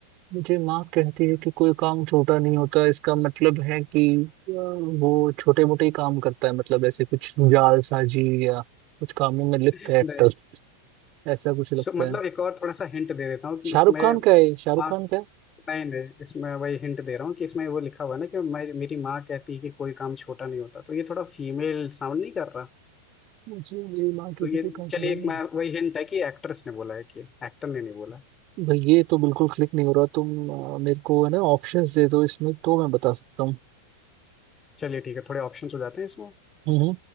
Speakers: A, on the right (about 40°); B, on the left (about 20°).
A: मुझे माँ कहती है कि कोई काम छोटा नहीं होता इसका मतलब है कि अ, वो छोटे मोटे ही काम करता है मतलब ऐसे कुछ जाल साजी या कुछ कामों में लिप्त
B: नहीं
A: है एक्टर ऐसा कुछ
B: सो-
A: लगता
B: मतलब
A: है
B: एक और थोड़ा सा हिंट दे देता हूँ कि
A: शाहरुख
B: इसमें
A: खान का है ये? शाहरुख
B: माँ
A: खान का है
B: नहीं नहीं इसमें वही हिंट दे रहा हूँ कि इसमें वो लिखा हुआ है ना कि मैं मेरी माँ कहती है कि कोई काम छोटा नहीं होता तो ये थोड़ा फीमेल साउंड नहीं कर रहा
A: मुझे मेरी माँ कहती
B: तो ये
A: है कोई काम छोटा
B: चलिए
A: नहीं
B: एक मैं
A: होता
B: वही हिंट है कि एक्ट्रेस ने बोला है कि एक्टर ने नहीं बोला है
A: भाई ये तो बिल्कुल क्लिक नहीं हो रहा तुम अ, मेरे को है ना ऑप्शंस दे दो इसमें तो मैं बता सकता हूँ
B: चलिए ठीक है थोड़े ऑप्शंस हो जाते हैं इसमें
A: हम्म हम्म,